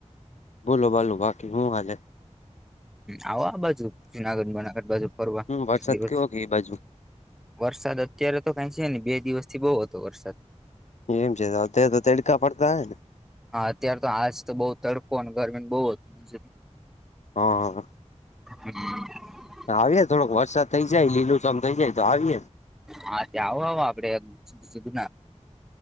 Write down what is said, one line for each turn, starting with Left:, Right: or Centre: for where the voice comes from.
Left: બોલો બોલો બાકી શું હાલે?
Centre: આવો આ બાજુ જુનાગઢ બનાગઢ બાજુ ફરવા
Left: હમ વરસાદ
Centre: એક દિવસ
Left: કેવો કે એ બાજુ
Centre: વરસાદ અત્યારે તો કંઈ છે ને બે દિવસ થી બહુ હતો વરસાદ.
Left: એમ છે તો તો તડકા પડતા હે ને.
Centre: હા અત્યારેાર તો આજતો બઉુ તડકો અને ગરમીને બહુ હતું છે.
Left: હા હા.
Centre: હ. <unintelligible>
Left: આવીએે થોડોક વરસાદ થઇ જાય લીલું ચમ થઈ જાય તો આવીએ.
Centre: હા ત્યાં આવો આવો આપડે સીધું ના.